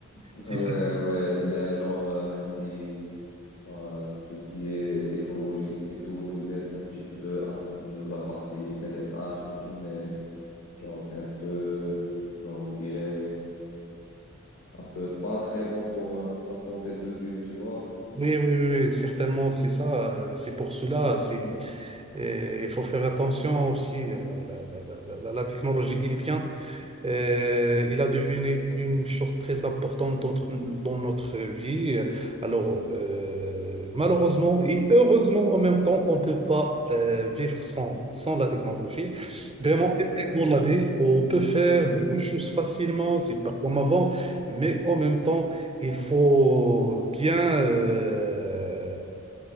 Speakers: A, on the left (about 60°); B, on the right (about 20°).
A: Ouais,
B: c'est-
A: ouais, mais genre, euh, même si genre, euh, tout ce qui est technologie et tout nous aide un petit peu, à- nous a facilité les tâches et tout, mais Genre, c'est un peu, genre, on dirait, un peu pas très bon pour euh, la santé de nos yeux, tu vois.
B: Oui, oui, oui, oui, certainement, c'est ça. euh, C'est pour cela. C'est, et il faut faire attention aussi. euh, La, la, la, la, la technologie, elle est bien, Euh, il a devenu une chose très importante dans, notre- dans notre vie. Alors, euh, malheureusement et heureusement en même temps, on ne peut pas euh, vivre sans, sans la technologie. Vraiment,
A: Ouais,
B: elle est
A: ouais,
B: dans la vie, on peut faire beaucoup de choses facilement, c'est pas comme avant, mais en même temps, il faut bien euh,